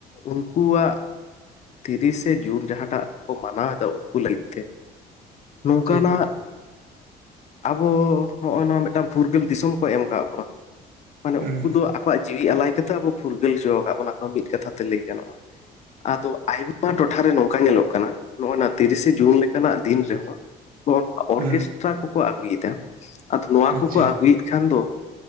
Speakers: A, on the left (about 40°); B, on the right (about 60°).
A: ᱩᱱᱠᱩᱣᱟᱜ ᱛᱤᱨᱤᱥᱮ ᱡᱩᱱ ᱡᱟᱦᱟᱸᱴᱟᱜ ᱵᱚ ᱢᱟᱱᱟᱣ ᱮᱫᱟ ᱩᱱᱠᱩ ᱞᱟᱹᱜᱤᱫ ᱛᱮ ᱱᱚᱝᱠᱟᱱᱟᱜ
B: ᱴᱷᱤᱠ
A: ᱟᱵᱚ ᱦᱚᱸᱜᱼᱚᱭ ᱱᱚᱣᱟ ᱢᱤᱫᱴᱟᱱ ᱯᱷᱩᱨᱜᱟᱹᱞ ᱫᱤᱥᱚᱢ ᱠᱚ ᱮᱢ ᱠᱟᱜ ᱵᱚᱱᱟ ᱢᱟᱱᱮ
B: ᱦᱩᱸ
A: ᱩᱱᱠᱩ ᱫᱚ ᱟᱠᱚᱣᱟᱜ ᱡᱤᱣᱤ ᱟᱞᱟᱭ ᱠᱟᱛᱮᱜ ᱟᱵᱚ ᱯᱷᱩᱨᱜᱟᱹᱞ ᱦᱚᱪᱚ ᱟᱠᱟᱫ ᱵᱚᱱᱟ ᱠᱚ ᱢᱤᱫ ᱠᱟᱛᱷᱟ ᱛᱮ ᱞᱟᱹᱭ ᱜᱟᱱᱚᱜᱼᱟ᱾ ᱟᱫᱚ ᱟᱭᱢᱟ ᱴᱚᱴᱷᱟᱨᱮ ᱱᱚᱝᱠᱟ ᱧᱮᱞᱚᱜ ᱠᱟᱱᱟ ᱱᱚᱜᱼ ᱱᱚᱣᱟ ᱛᱤᱨᱤᱥᱮ ᱡᱩᱱ ᱞᱮᱠᱟᱱᱟᱜ ᱫᱤᱱ ᱨᱮᱦᱚᱸ ᱱᱚᱜ ᱱᱚᱣᱟ ᱚᱨᱠᱮᱥᱴᱨᱟ
B: ᱦᱩᱸ
A: ᱠᱚᱠᱚ ᱟᱹᱜᱩᱭᱮᱫᱟ ᱟᱫᱚ ᱱᱚᱣᱟ ᱠᱚᱠᱚ
B: ᱟᱪᱪᱷᱟ
A: ᱟᱹᱜᱩᱭᱮᱫ ᱠᱷᱟᱱ ᱫᱚ